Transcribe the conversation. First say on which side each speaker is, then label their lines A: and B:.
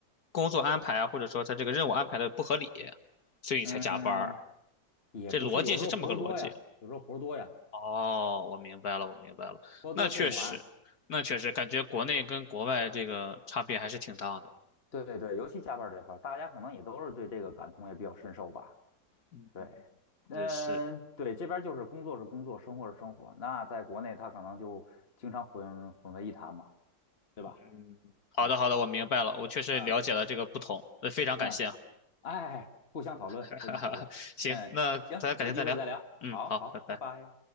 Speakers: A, on the left; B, on the left.
A: 工作安排啊，或者说他这个任务安排的不合理，所以才加班儿，
B: 嗯，也不是，
A: 这逻辑是这么个逻辑。
B: 有时候活儿多呀，有时候活儿多呀，
A: 哦，我明白了，我明白了。
B: 活儿多做不完。
A: 那确实，那确实感觉国内跟国外这个差别还是挺大的。
B: 对对对，尤其加班儿这块儿大家可能也都是对这个感同也比较深受吧。
A: 嗯，
B: 对，嗯，
A: 是是，
B: 对，这边儿就是工作是工作，生活是生活。那在国内，他可能就经常混混为一谈嘛，对吧？
A: 嗯，
B: 啊。
A: 好的好的，我明白了，我确实了解了这个不同，
B: 嗯
A: 呃非常感谢啊。
B: 嗯，哎，哎哎互相讨论，
A: <laughs>
B: 互相讨论。
A: 行，
B: 嗯，
A: 那咱改天再聊。
B: 行，有机会再聊。
A: 嗯，
B: 好好，
A: 好，拜拜。
B: 拜拜。